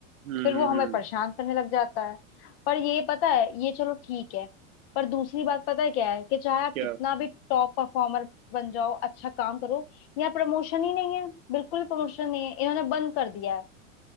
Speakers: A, on the right; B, on the left.
A: हम्म
B: फिर
A: हम्म
B: वो हमें
A: हम्म
B: परेशान करने लग जाता है पर ये पता है ये चलो ठीक है पर दूसरी बात पता है क्या है कि चाहे आप
A: क्या
B: कितना भी टॉप परफॉर्मर बन जाओ अच्छा काम करो यहाँ प्रमोशन ही नहीं है बिल्कुल प्रमोशन नहीं है इन्होंने बंद कर दिया है